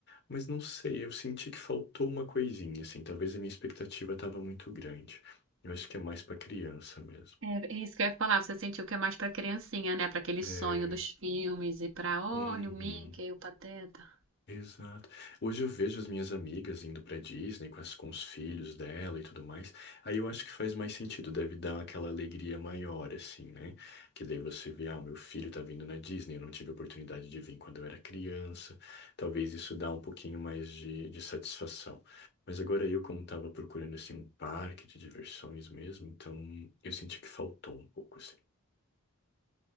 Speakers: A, on the left; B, on the right.
A: mas não sei, eu senti que faltou uma coisinha, assim, talvez a minha expectativa tava muito grande. Eu acho que é mais pra criança mesmo.
B: É é isso que eu ia falar, você sentiu que é mais pra criancinha, né? Pra aquele
A: É,
B: sonho dos filmes e pra, olha,
A: uhum,
B: o Mickey, o Pateta.
A: exato. Hoje eu vejo as minhas amigas indo pra Disney com, as, com os filhos dela e tudo mais. Aí eu acho que faz mais sentido, deve dar aquela alegria maior, assim, né? Que daí você vê, ah, o meu filho tá vindo na Disney, eu não tive a oportunidade de vir quando eu era criança. Talvez isso dá um pouquinho mais de, de satisfação. Mas agora eu, como tava procurando, assim, um parque de diversões mesmo, então eu senti que faltou um pouco, assim.